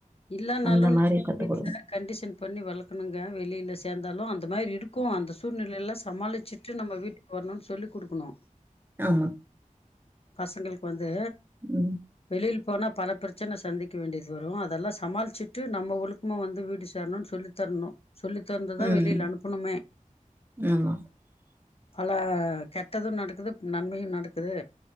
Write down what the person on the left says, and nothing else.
இல்லனாலும்
நா
வீட்ல
கண்டிஷன் பண்ணி வளுக்கணுங்க வெளில சேந்தாலும் அந் அந்த மாரி இருக்கும் அந்த சூழ்நிலேல ச சமாளிச்சிட்டு நம்ம வீட்டுக் வரணும்னு சொல்லி குடுக்குனு
பசங்களுக்கு வந் து
வெளில் போனா பல பிரச்சன சந்திக்க வேண்டியது வரும் அதெல்லா சமாளிச்சிட்டு நம்ம ஒழுக்குமா வந்து வீடு சேர்னு சொல்லித்தரணும் சொல்லி தந்துதா
வெளில அனுப்புணுமே அப்
பல கெட்டதும் நடக்குது நன்மையு நடக்குது